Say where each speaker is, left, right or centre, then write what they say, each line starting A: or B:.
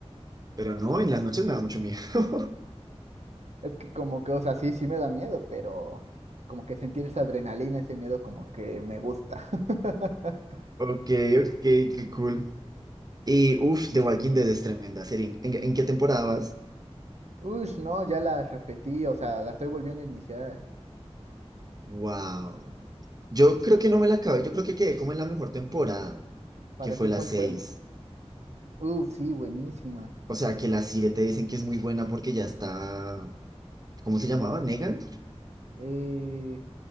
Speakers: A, on the right (about 35°); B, on the right (about 80°).
A: pero no, en las noches me da mucho miedo. <laughs>
B: Es que como que, o sea, sí, sí me da miedo, pero como que sentir esa adrenalina, ese miedo como que me gusta. <laughs>
A: Ok, ok, qué cool. Y uff, The Walking Dead es tremenda serie. ¿En, en qué temporada vas?
B: Ush, no, ya la repetí, o sea, la estoy volviendo a iniciar.
A: Wow. Yo creo que no me la acabé, yo creo que quedé como en la mejor temporada,
B: ¿Para
A: que fue
B: ti
A: la
B: cuál
A: 6.
B: fue? Uf, sí, buenísima.
A: O sea, que la 7 dicen que es muy buena porque ya está, ¿cómo se llamaba? ¿Negan?
B: Eh,